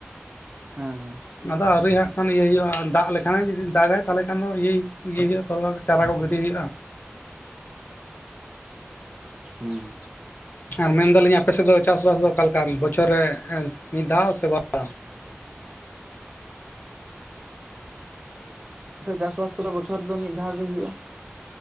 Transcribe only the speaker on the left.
ᱟᱫᱚ ᱟᱹᱣᱨᱤ ᱦᱟᱸᱜ ᱠᱷᱟᱱ ᱤᱭᱟᱹᱭ ᱦᱩᱭᱩᱜᱼᱟ ᱫᱟᱜ ᱞᱮᱠᱷᱟᱱᱮ ᱡᱩᱫ ᱫᱟᱜᱟᱭ ᱛᱟᱦᱚᱞᱮ ᱠᱷᱟᱱ ᱫᱚ ᱤᱭᱟᱹ ᱤᱭᱟᱹ ᱦᱩᱭᱩᱜᱼᱟ ᱛ ᱪᱟᱨᱟ ᱠᱚ ᱜᱤᱰᱤ ᱦᱩᱭᱩᱜᱼᱟ
ᱟᱨ ᱢᱮᱱᱫᱟᱞᱤᱧ ᱟᱯᱮ ᱥᱮᱫ ᱫᱚ ᱪᱟᱥᱼᱵᱟᱥ ᱫᱚ ᱚ ᱵᱚᱪᱷᱚᱨ ᱨᱮ ᱢᱤᱫ ᱫᱷᱟᱣ ᱥᱮ ᱵᱟ ᱫᱷᱟ